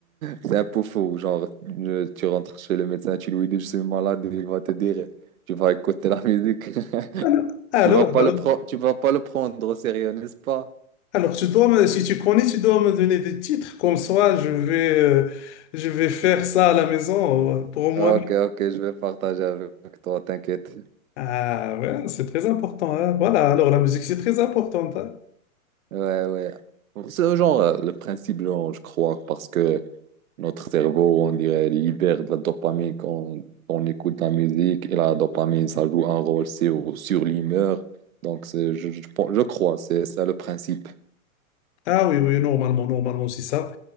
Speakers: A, on the right; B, on the left.
A: C'est un peu faux. Genre, je- tu rentres chez le médecin, tu lui dis, je suis malade, il va te dire, tu vas écouter la musique. <laughs>
B: Alors, alors,
A: Tu vas pas
B: alors,
A: le pro- tu vas pas le prendre au sérieux, n'est-ce pas?
B: alors, tu dois me- si tu connais, tu dois me donner des titres. Comme ça, je vais, euh, je vais faire ça à la maison euh, pour moi.
A: Ok, ok, je vais partager avec toi, t'inquiète.
B: Ah ouais, c'est très important. hein. Voilà, alors la musique, c'est très important. hein.
A: Ouais, ouais. C'est genre euh, le principe, genre, je crois, parce que Notre cerveau, on dirait, libère de la dopamine quand on écoute la musique et la dopamine, ça joue un rôle sur, sur l'humeur. Donc, c'est- je, je, pense- je crois, c'est ça le principe.
B: Ah oui, oui, normalement, normalement, c'est ça.